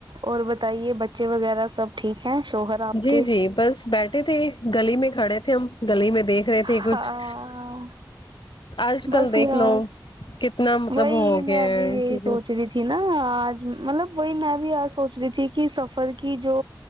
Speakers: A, on the right; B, on the left.
A: اور بتائیے بچے وغیرہ سب ٹھیک ہے شوہر آپ
B: جی
A: کے
B: جی بس بیٹھے تھے گلی میں کھڑے تھے ہم گلی میں دیکھ رہے تھے
A: ہاں
B: کچھ آج کل
A: بس
B: دیکھ
A: یار
B: لو کتنا مطلب
A: وہی
B: ہو ہو
A: میں
B: گیا
A: بھی یہی
B: چیزیں
A: سوچ رہی تھی نہ آج مطلب وہی میں بھی ا سوچ رہی تھی کہ سفر کی جو